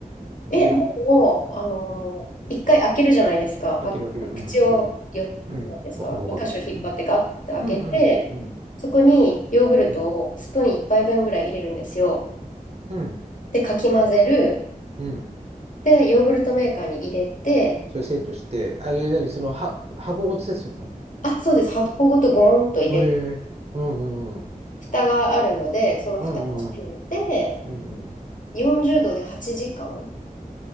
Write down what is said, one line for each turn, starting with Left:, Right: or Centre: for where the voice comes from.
Left: え、
Right: 上の。
Left: もう、あのー一回開けるじゃないですか。
Right: うん。
Left: パッ、
Right: 開ける開ける。うん、
Left: 口をよ、
Right: うん、うん。
Left: なんですか、
Right: わかるわかる。
Left: 二箇所引っ張ってガッと開けて、
Right: うん。うん、うん、うん、
Left: そこにヨーグルトをスプーン一杯分ぐらい入れるんですよ。
Right: うん、うん。
Left: で、かき混ぜる。
Right: うん
Left: で、ヨーグルトメーカーに入れて、
Right: それセットして、あれ、何、その、は、箱ごとセットするの
Left: あ、そうです。箱ごとゴーンと入れて、
Right: へえ。うん、うん、うん。
Left: 蓋があるので、その蓋を閉めて、
Right: うん、うんうん。うんうん
Left: 40度で8時間。